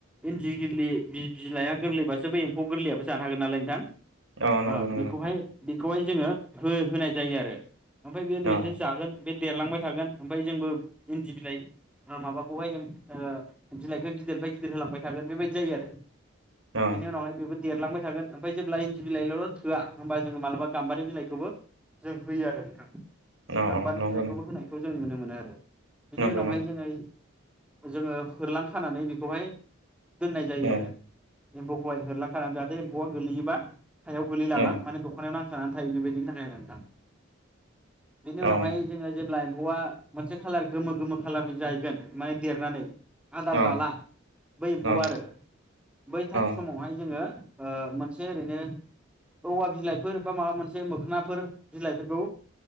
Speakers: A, in the centre; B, on the right.
A: इन्दि गोरल बिलाइाया गोरलैबासो बै एम्फौ गोरलैयाबो जानो हागोन नालाय नोंथां ओ
B: अ नंगौ नंगौ
A: बेखौहाय
B: नोंथां
A: बे बेखौहाय जोङो हो होनाय जायो आरो ओमफ्राय बेयो <unintelligible> बेजों
B: अ
A: जागोन बे देरलांबाय थागोन ओमफ्राय जोंबो इन्दि बिलाइ ए ओ माबाखौहाय बिलाइखौ गिदिरनिफ्राय गिदिर होलांबाय थागोन बेबायदि जायो आरो।
B: अ
A: बेनि उनावहाय बे देरलांबाय थागोन ओमफ्राय जेब्ला इन्दि बिलाइल' थोआ होमबा जोङो मालाबा गाम्बारि बिलाइखौबो जों होयो आरो नोंथां।
B: अ
A: गाम्बारि
B: अ नंगौ
A: बिलायखौबो
B: नंगौ
A: होनायखौ जों नुनो मोनो आरो बिनि
B: नंगौ
A: उनावहाय
B: नंगौ
A: जोङो जोङो होरलां खानानै बेखौहाय दोननाय जायो
B: अ
A: आरो। एम्फौखौहाय होरलां खानानै जाहाथे एम्फौआ गोलैयोबा सायाव गोलै लाङा
B: अ
A: माने दख'नायाव थानानै थायो बेबायदिनि थाखाय आरो बेनि उनावहाय
B: अ
A: जोङो जेब्ला एम्फौ आ मोनसे खालार गोमो गोमो खालार जाहैगोन माने देरनानै आदार
B: अ
A: जाला बै एफौ
B: अ
A: आरो बै
B: अ
A: समावहाय जोङो। ओ मोनसे ओरैनो औवा बिलाइफोर बा माबा मोनसे मोखोनाफोर बिलाइफोरखौ